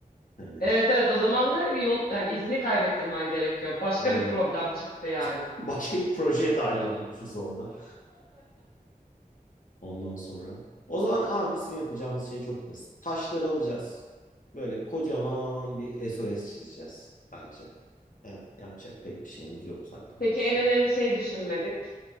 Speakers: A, on the left; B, on the left.
A: Hani
B: Evet evet o zaman da yol yani izini kaybettirmen gerekiyor. Başka
A: aynen.
B: bir problem çıktı yani.
A: Başka bir projeye dahil
B: <laughs>
A: oluyormuşuz orada. Ondan sonra. O zaman abi bizim yapacağımız şey çok basit. Taşları alacağız. Böyle kocaman bir SOS çizeceğiz bence. Evet, yapacak pek bir şeyimiz yok zaten onun
B: Peki
A: dışında.
B: en önemli şeyi düşünmedik.